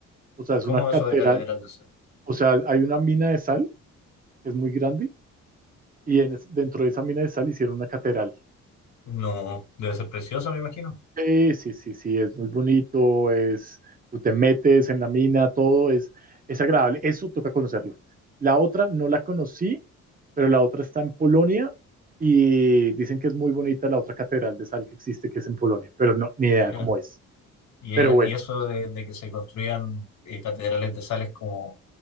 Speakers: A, on the right (about 30°); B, on the left (about 65°).
A: O sea, es
B: ¿Cómo
A: una catedral,
B: eso de Catedral de Sal?
A: o sea, hay una mina de sal que es muy grande y en es- dentro de esa mina de sal hicieron una catedral
B: No, debe ser precioso, me imagino.
A: Sí, sí, sí, sí, es muy bonito, es, tú te metes en la mina, todo es, es agradable, eso toca conocerlo. La otra no la conocí, pero la otra está en Polonia y dicen que es muy bonita la otra catedral de sal que existe, que es en Polonia, pero no, ni idea
B: ¿Ya?
A: cómo es.
B: Y,
A: Pero
B: es-
A: bueno,
B: y eso de, de que se construyan eh, catedrales de sal es como